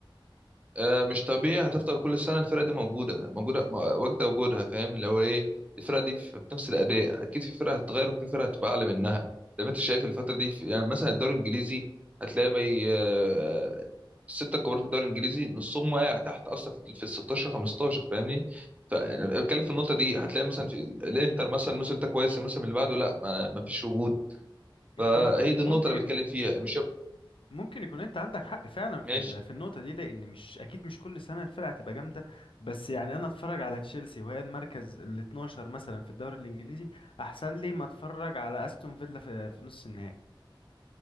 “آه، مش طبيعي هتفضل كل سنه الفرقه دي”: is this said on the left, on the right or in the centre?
Right